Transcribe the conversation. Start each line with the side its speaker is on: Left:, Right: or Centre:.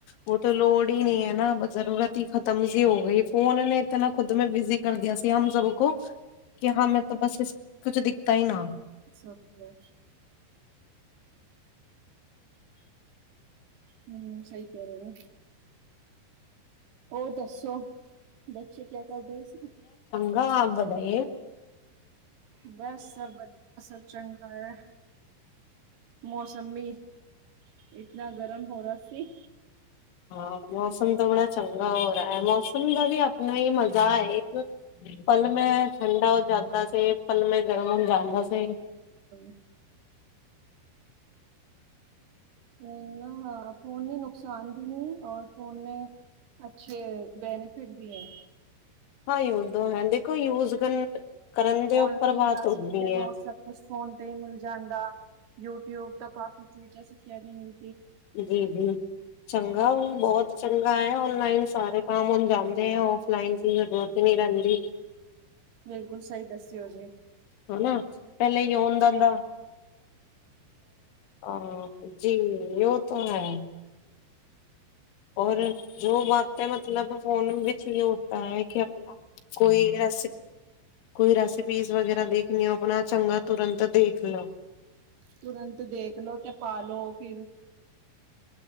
Left: ਵੋ ਤੋ ਲੋੜ, ਨਹੀਂ ਹੈ, ਨਾ ਵੀ ਜ਼ਰੂਰਤ ਹੀ ਖਤਮ ਸੀ, ਹੋ ਗਈ ਫੋਨ ਨੇ ਇਤ ਨਾ ਖੁਦ ਮੈ ਬਿਜੀ ਕਰਦੀਆ ਸੀ, ਹਮ ਸਭ ਕੋ ਕਿ ਹਮੈਂ ਤਾਂ ਬਸ ਇਸ ਕੁਛ ਦਿਖਤਾ ਹੀ ਨਾ
Right: ਸਭਕੇ, ਹੂੰ, ਸਹੀ ਕਹਿ ਰਹੇ ਓ। ਹੋਰ ਦੱਸੋ? ਬੱਚੇ ਕਿਆ ਕਰਦੇ ਸੀ?
Left: <unintelligible>
Right: ਬਸ ਸਭ ਵਧੀਆ, ਸਭ ਚੰਗੈ। ਮੌਸਮ ਵੀ ਇਤਨਾ ਗਰਮ ਹੋ ਰਾ ਸੀ।
Left: ਹਾਂ, ਮੌਸਮ ਤੇ ਬੜਾ ਚ <unintelligible> <unintelligible> ਹੈ, ਮੌਸਮ ਦਾ ਵੀ ਆਪ ਨਹੀਂ ਮਜ਼ਾ <unintelligible> ਪਲ ਮੈਂ ਠੰਡਾ ਹੋ ਜ਼ਾ ਦਾ ਸੀ। ਪਲ ਮੇ ਗਰਮ ਜਾਂਦਾ ਸੀ।
Right: ਹੂੰ, ਫੋਨ ਨਾ, ਹਾਂ ਫ਼ੋਨ ਨੇ ਨੁਕਸਾਨ ਵੀ ਨਹੀਂ ਔਰ ਫ਼ੋਨ ਨੇ ਅੱਛੇ ਬੈਨੀਫਿਟ ਵੀ ਐ।
Left: ਹਾਂ ਜੋ ਤੋ ਹੈ। ਦੇਖੋ ਯੂਜ ਕਰਨ ਕਰਨ ਦੇ ਉੱਪਰ
Right: ਔਨਲਾਈਨ ਕਲਾਸ,
Left: ਬਾਤ ਹੁੰਦੀ
Right: ਨੋਟ
Left: ਹੈ
Right: ਸਭ ਕੁਛ ਫੋਨ ਤੇ ਹੀ ਮਿਲ ਜਾਂਦਾ, ਯੂਟਿਊਬ ਤੋਂ ਕਾਫੀ ਚੀਜ਼ਾਂ ਸ <unintelligible> ਮਿਲ
Left: ਜੀਜੀ ਹ ਬਹੁਤ ਚੰਗਾ, ਔਨਲਾਈਨ ਸਾਰੇ ਕੰਮ ਹੁਣ ਜਾਂਦੇ ਆ ਉਹ, ਲਾਈਨ ਦੀ <unintelligible> ਨਹੀਂ ਰਹਿੰਦੀ।
Right: ਬਿਲਕੁਲ ਸਹੀ ਦੱਸਿਓ ਜੀ।
Left: ਹਨਾ ਪਹਿਲੇ ਯੋਨ ਦਂਦਾ ਅਹ ਜੀ ਯੋ ਤੋ ਹੈ। ਔਰ ਜੋ ਬਾਤੇਂ ਮਤ ਮਤਲਬ ਫੋਨ ਵਿੱਚ ਵੀ ਹੋਤਾ ਹੈ ਕਿ ਆਪਣਾ ਕੋਈ ਰੇਸੀਪ ਕੋਈ ਰੈਸੀਪੀਸ ਵਗੈਰਾ ਦੇਖ। ਨ ਆਪਣਾ ਚੰਗਾ ਤੁਰੰਤ ਦੇਖ ਲਓ।
Right: ਤੁਰੰਤ ਦੇਖਲੋ ਤੇ ਪਾ ਲਓ ਫਿਰ